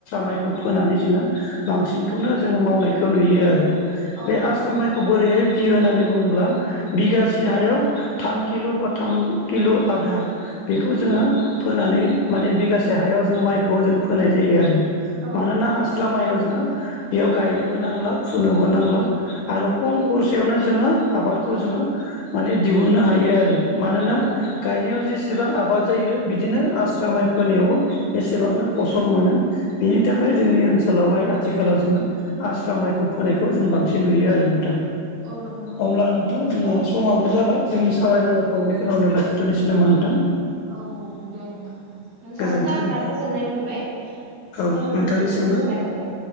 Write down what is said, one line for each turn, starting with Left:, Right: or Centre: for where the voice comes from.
Left: माइखौ फोनानै जोङो बांसिन बेखौनो जोङो मावनायखौ नुयो आरो
Right: औ
Left: बे
Right: नंगौ
Left: आस्रा
Right: नोंथां
Left: माइखौ बोरैहाय फियो होननानै बुङोब्ला बिगासे हायाव थाम किल' बा थाम किल' आधा बेखौ जोङो
Right: औ
Left: फोनानै माने बिगासे हायाव जों माइखौ जों फोनाय जायो आरो। मानोना
Right: औ नंगौ नोंथां
Left: आस्रा माइयाव जोङो बेयाव गायनोबो नांला फुनोबो नांला। आरो खम खरसायावनो जोङो आबादखौ जोङो माने दिहुननो हायो आरो। मानोना
Right: औ नंगौ नोंथां
Left: गायनायाव जेसे एसेबां आबाद जायो बिदिनो आस्रा माइफोनायावबो एसेबांनो फसल मोनो। बिनि थाखाय
Right: औ
Left: जोंनि ओनसोलावहाय आथिखालाव जोङो आस्रा माइखौ फोनायखौ जों बांसिन सिन नुयो आरो नोंथां।
Right: औ नंगौ
Left: अब्ला नों नोंथां जोंहा समाबो जाबाय जोंनि सावरायनांगौखौ बेखिनावनो लाखिथ'नोसै नामा नोंथां?
Right: औ दे नोंथां। नोंथांजों
Left: गोजोन्थों
Right: रालायनानै
Left: नोंथां
Right: गोजोननाय मोनबाय। स'
Left: औ
Right: नोंथांसिम
Left: नोंथांनिसिमबो
Right: गोजोननाय थाबाय।